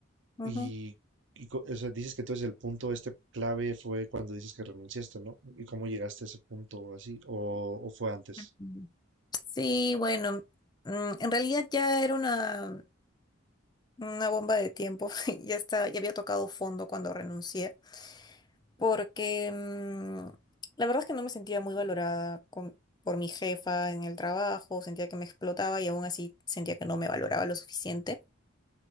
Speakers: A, on the left (about 20°); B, on the right (about 70°).
A: ujú.
B: Y, y co- o sea, dices que entonces el punto este clave fue cuando dices que renunciaste, ¿no? ¿Y cómo llegaste a ese punto así? ¿O, o fue antes?
A: Ujú. Sí, bueno, mm, en realidad ya era una, una bomba de tiempo, <laughs> ya está, ya había tocado fondo cuando renuncié porque mm, la verdad es que no me sentía muy valorada con- por mi jefa en el trabajo, sentía que me explotaba y aún así sentía que no me valoraba lo suficiente.